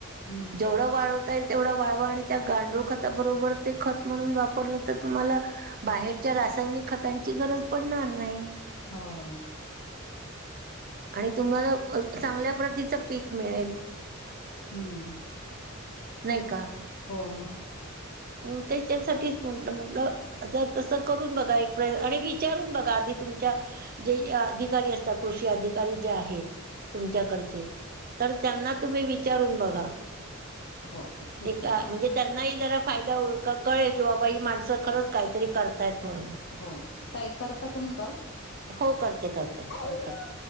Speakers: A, on the left; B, on the right.
A: हम्म
B: जेवढ वाळ ता येईल तेवढा वाळवा आणि त्या गांडूळ खताबरोबर ते खत म्हणून वापरलं तर तुम्हाला बाहेरच्या रासायनिक खतांची गरज पडणार नाही.
A: हो..
B: आणि तुम्हाला चांगल्या प्रतीचं पीक मिळेल.
A: हम्म
B: नाही का?
A: हो मंग,
B: अ त्याच्यासाठी, म्हंटलं म्हंटलं आ तसं करून बघा एक प्रय आणि विचारून बघा आधी तुमच्या जे अधिकारी असतात कृषी अधिकारी जे आहेत. तुमच्याकडचे तर त्यांना तुम्ही विचारून बघा.
A: हो ठीक
B: ते
A: आहे
B: का
A: ताई
B: म्हणजे त्यांनाही जरा फायदा हो कळेल की बाबा ही माणसं खरंच काहीतरी करतायत म्हणून,
A: हो ताई करता तुम्ही कॉल.
B: हो करते करते..
A: <unintelligible>
B: करते